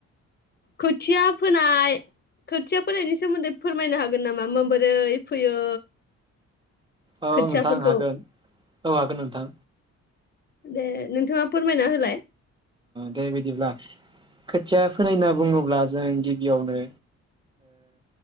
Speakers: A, on the left (about 35°); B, on the right (about 15°).
A: खोथिया फोनाय खोथिया फोनायनि सोमोन्दै फोरमायनो हागोन नामा माबोरै फोयो
B: औ
A: खोथियाफोरखौ
B: नोंथां हागोन औ हागोन नोंथां
A: दे नोंथाङा फोरमायना होलाय
B: दे बिदिब्ला खोथिया फोनाय होनना बुङोब्ला जों गिबियावनो